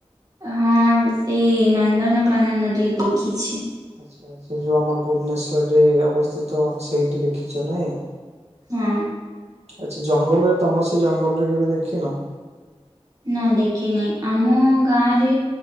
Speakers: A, on the right; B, on the right.
A: ହଁ ସେ ନନ୍ଦନକାନନ ରେ ଦେଖିଚି।
B: ଆଚ୍ଛା ଆଛା ସେ ଯୋଉ ଆମର ଭୁବନେଶ୍ୱରରେ ଅବସ୍ଥିତ ସେଇଟି ଦେଖିଚ ନେଇଁ?
A: ହଁ।
B: ଆଚ୍ଛା ଜଙ୍ଗଲରେ ତମର ସେ ଜଙ୍ଗଲରେ କେବେ ଦେଖିନ?
A: ନା ଦେଖିନି ଆମ
B: ଆଉ
A: ଗାଁରେ